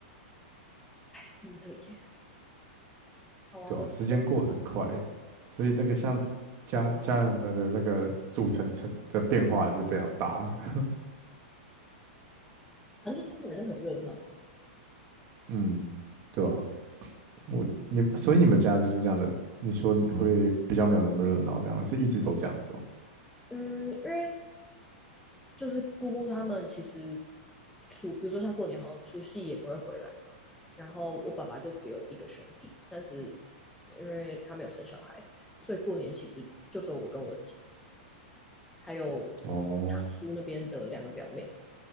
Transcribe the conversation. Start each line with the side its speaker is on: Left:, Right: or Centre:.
Centre: 真的耶。好啊，
Right: 对吧？
Centre: 我觉得
Right: 时间过很快，所以那个像家家人们的那个组成成的变化还是非常大。<laughs>
Centre: 反正听起来就很热闹啊。
Right: 嗯，对吧、我你们所以你们家就是这样的，你说你会比较没有那么热闹，这样是一直都这样子哦。
Centre: 嗯，因为就是姑姑他们其实除，比如说像过年，好像除夕也不会回来嘛。然后我爸爸就只有一个兄弟，但是因为他没有生小孩，所以过年其实就只有我跟我姐，还有堂叔那边的两个表妹。
Right: 哦，